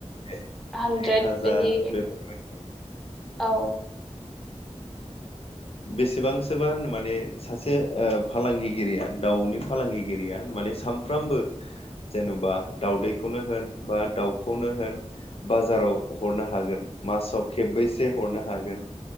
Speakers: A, on the left (about 55°); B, in the centre.
A: एक
B: हानद्रेद
A: हाजार
B: बिदि
A: बेफोरबायदि
B: औ
A: बेसेबांसोबा माने सासे ओ फालांगिगिरिया दाउनि फालांगिगिरिया माने सानफ्रामबो जेन'बा दाउदैखौनो होन बा दाउखौनो होन बाजाराव हरनो हागोन मासाव खेबबैसे हरनो हागोन